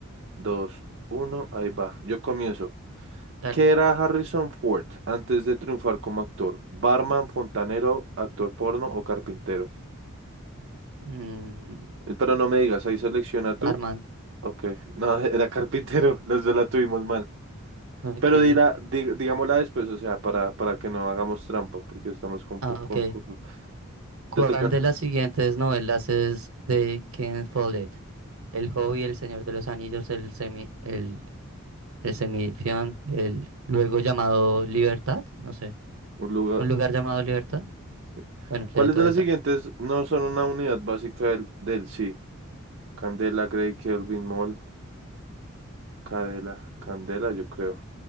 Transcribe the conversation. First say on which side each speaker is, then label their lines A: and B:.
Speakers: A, on the right; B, on the right.
A: dos, uno, ahí va. Yo comienzo.
B: dale.
A: ¿Qué era Harrison Ford antes de triunfar como actor? ¿Barman, fontanero, actor porno o carpintero?
B: Mm,
A: Eh, Pero no me digas, ahí selecciona tú.
B: barman.
A: Ok, no, <laughs> era carpintero, los dos la tuvimos mal.
B: Ok.
A: Pero dila, di- digámosla después, o sea, para, para que no hagamos trampa, porque estamos con,
B: Ah,
A: po- con,
B: ok.
A: con-
B: ¿Cuál
A: Te toca
B: de las siguientes novelas es de Ken Follett? El Hobbit El Señor de los Anillos, El Semi, el, el Semifión, el luego llamado Libertad, no sé.
A: un lugar.
B: ¿Un lugar llamado Libertad?
A: sí.
B: Bueno,
A: ¿Cuáles
B: lee tú
A: de
B: esa.
A: las siguientes no son una unidad básica del, del sí? Candela, Gray, Kelvin, Mol, Cadela, Candela, yo creo.